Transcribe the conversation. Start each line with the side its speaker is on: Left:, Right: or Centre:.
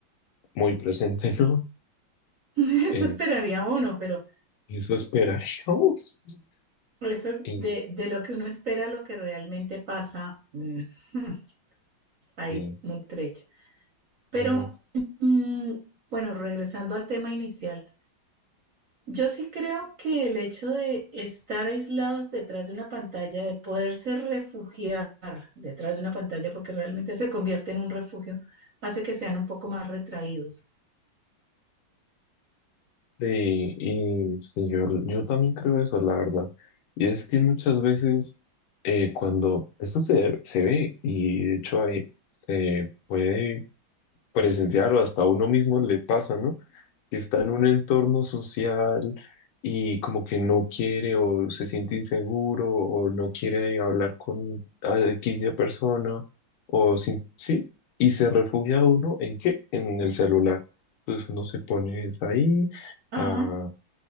Left: muy presente, <laughs> ¿no?
Right: <laughs> Eso
Left: En
Right: esperaría uno, pero
Left: eso esperaríamos. <laughs>
Right: eso
Left: Y,
Right: de, de lo que uno espera a lo que realmente pasa, mm, <laughs> hay
Left: y,
Right: un trecho. Pero
Left: bueno,
Right: mm, bueno, regresando al tema inicial. Yo sí creo que el hecho de estar aislados detrás de una pantalla, de poderse refugiar detrás de una pantalla, porque realmente se convierte en un refugio, hace que sean un poco más retraídos.
Left: y, y sí, yo, yo también creo eso, la verdad. Y es que muchas veces eh, cuando esto se, se ve, y de hecho ahí se puede presenciar o hasta a uno mismo le pasa, ¿no? Que está en un entorno social y como que no quiere o se siente inseguro o no quiere hablar con a X de persona o sin, sí, y se refugia uno en qué? En el celular. Entonces uno se pone es ahí
Right: Ajá,
Left: a,